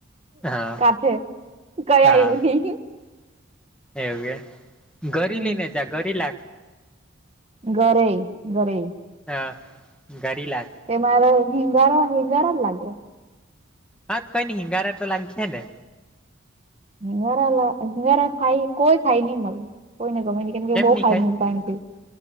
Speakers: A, in the centre; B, on the right.
A: હા
B: કાથે કયા
A: હા
B: આવું નઈ,
A: એવું કે
B: હમ
A: ઘરી લઈને જા ઘરી લાખ.
B: ઘરોઈ, ઘરોઈ
A: હા ઘરી લાખ.
B: તે મારે હિંગારા હિંગારા જ લાગે.
A: હા કઈ ને હિંગારા તો લાગ હે ને
B: હિંગરા હંગરા ખાઈ કોઈ ખાઈ ની મડે કોઈને ગમે ન કેમકે
A: કેમ
B: બો
A: નહી
B: ખાઈ મુયકા એમ કેય.